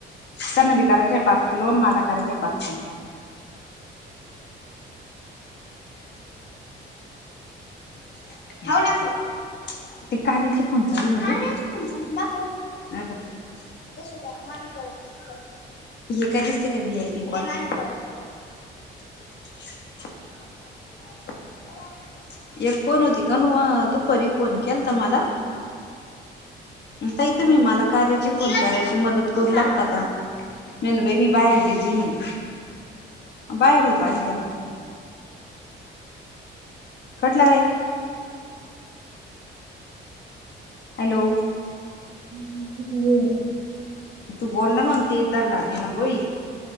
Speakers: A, on the left; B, on the right.
A: त्यांना बी करायच आहे पाच किलो मला करायचा आहे पाच किलो त <unintelligible> काण दुपारी फोन केल तर मला त इ त मही मला कयची फोन करायची मदत करू लागता का म्हल बाई मी बाहेर बिझी म्ह बाहेर होत म तेव्हा कटलं काई हॅलो
B: म झाले आहे
A: तू बोल ना मग ते रणार नाही ना गोळीत